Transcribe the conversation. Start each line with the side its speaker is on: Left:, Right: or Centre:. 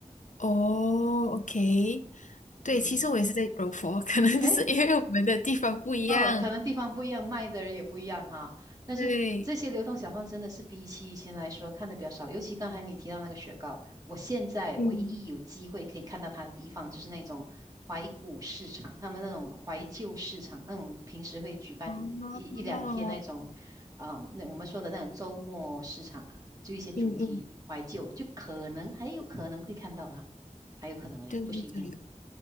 Left: 哦，OK，对，
Right: 嗯，
Left: 其实我也是在柔佛，可能就是因为我们的地方不一样，
Right: 哎，哦，可能地方不一样，卖的人也不一样哈。但是这些流动小贩真的是比起以前来说看的比较少，
Left: 对。
Right: 尤其刚才你提到那个雪糕，我现在唯一有机会可以看到它的地方就是那种怀古市场，
Left: 嗯。
Right: 他们那种怀旧市场，那种平时会举办一一两天那种，
Left: 哦，
Right: 嗯，那我们说的那种周末市场啊，就一些主题怀旧，
Left: 嗯嗯，
Right: 就可能还有可能会看到它，还有可能而已，
Left: 对对对，
Right: 不是一定。